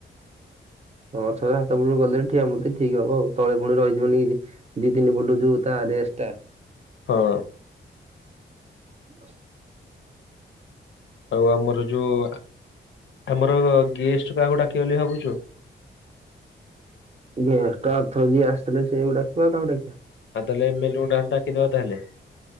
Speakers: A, on the right (about 35°); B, on the left (about 80°).
A: ହଁ ଛଅ ସାତ ଫୁଟୁ କଲେ ଠିଆ ମୂର୍ତ୍ତି ଠିକ୍ ହବ ଆଉ ତଳେ ପୁଣି ରହିଯିବ ନିକି ଦି ଦି ତିନି ଫୁଟୁ ଯୋଉ ତା ରେସ୍ ଟା।
B: ହଁ।
A: ହ
B: ଆଉ ଆମର ଯୋଉ ଆ ଆମର ଗେଷ୍ଟ କାହାକୁ ଡ଼ାକିବା ବୋଲି ଭାବୁଚୁ?
A: ଗେଷ୍ଟେ ଆରଥର ଯିଏ ଆସିଥିଲେ ସେ କୁ ଡ଼ାକବା ଆଉ କାହାକୁ ଡାକିବା।
B: ଆଉ ତାହାଲେ ଏମ୍ ଏଲ ଏ ଙ୍କୁ ଟାହାଲ ଡାକିଦେବା ତାହାଲେ।